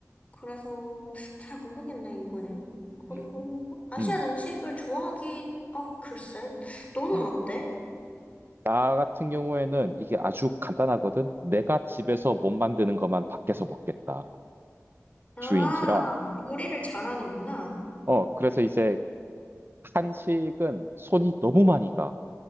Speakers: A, on the left; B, on the right.
A: 그래서 잘 모르겠네, 이거는. 그리고
B: 음,
A: 아시안
B: 음,
A: 음식을 좋아하기, 어, 글쎄. 너는
B: 음.
A: 어때?
B: 나 같은 경우에는 이게 아주 간단하거든. 내가 집에서 못 만드는 것만 밖에서 먹겠다.
A: 아,
B: 주인지라.
A: 요리를 잘하는구나.
B: 어, 그래서 이제 한식은 손이 너무 많이 가.